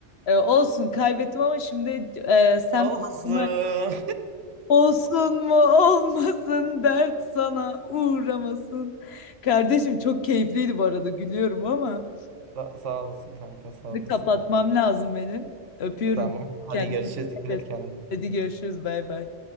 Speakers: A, on the left; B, on the right.
A: E, olsun kaybettim ama şimdi e, sen
B: <laughs> Olsun.
A: aklına- olsun mu olmasın dert sana uğramasın. Kardeşim çok keyifliydi bu arada gülüyorum ama
B: Sa- sağ olasın kanka sağ
A: şimdi
B: olasın.
A: kapatmam lazım benim. Öpüyorum
B: Tamam.
A: kendini.
B: Hadi görüşürüz. Dikkat et kendine.
A: Hadi görüşürüz bay bay.